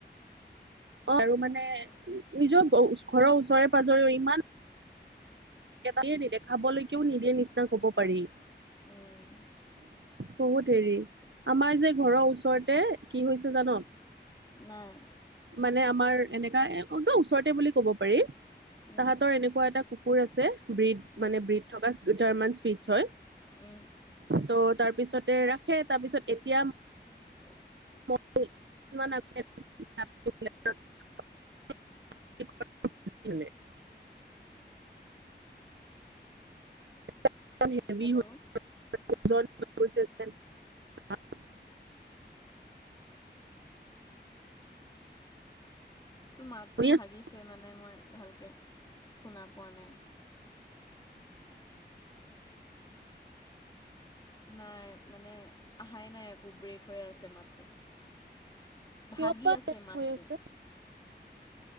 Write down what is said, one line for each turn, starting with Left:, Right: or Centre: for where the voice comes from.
Right: অ', আৰু মানে নিজৰ ঘৰৰ ওচৰে পাজৰেও ইমান। তাকেই নিদে খাবলৈকেও নিদিয়ে নিচিনা কব পাৰি?
Left: উ'ম।
Right: বহুত হেৰি আমাৰ যে ঘৰৰ ওচৰতে কি হৈছে জান।
Left: নাই?
Right: মানে আমাৰ এনেকা একদম ওচৰতে বুলি ক'ব পাৰি। তাহাঁতৰ
Left: উম
Right: এনেকুৱা এটা কুকুৰ আছে ব্ৰীদ
Left: উম
Right: মানে ব্ৰীদ থকা জাৰ্মান? পিটচ হয়।
Left: উ'ম।
Right: ত' তাৰপিছতে ৰাখে তাৰপিছত এতিয়া?
Left: <unintelligible> <unintelligible>
Right: <unintelligible> <unintelligible> <unintelligible>
Left: হেল্ল'
Right: <unintelligible> <unintelligible> <unintelligible>
Left: তোৰ মাতো
Right: শুনি
Left: ভাগিছে
Right: আছো
Left: মানে। মই ভালকৈ শুনা পোৱা নাই? নাই মানে অহাই নাই একো ব্ৰেক হৈ আছে মাতটো।
Right: কিয়
Left: ভাগি
Right: বা
Left: আছে মাতটো
Right: হৈ আছে?